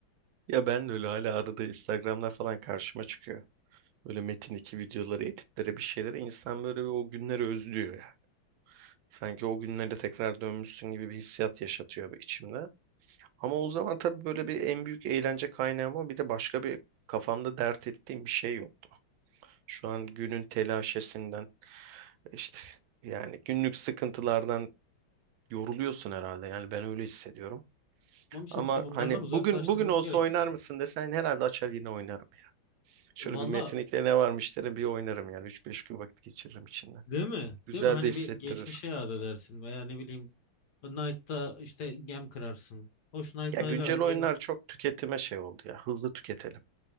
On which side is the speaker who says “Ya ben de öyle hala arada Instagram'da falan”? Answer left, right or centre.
Right